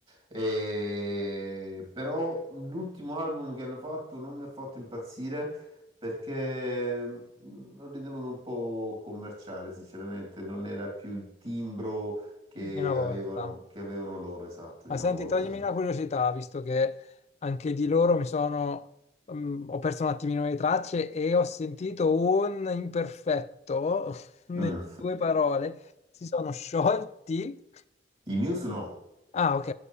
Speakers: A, on the right; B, on the left.
A: e- però l'ultimo album che hanno fatto non mi ha fatto impazzire perché mm, l'ho ritenuto un po' commerciale, sinceramente, non era più il timbro che
B: di una volta.
A: avevano, che avevano loro, esatto,
B: Ma
A: di una
B: senti,
A: volta.
B: toglimi
A: sì.
B: una curiosità, visto che anche di loro mi sono, mm, ho perso un attimino le tracce e ho sentito un imperfetto <laughs> nelle
A: Mm.
B: due parole. Si sono sciolti.
A: <laughs> I Muse no.
B: Ah, ok.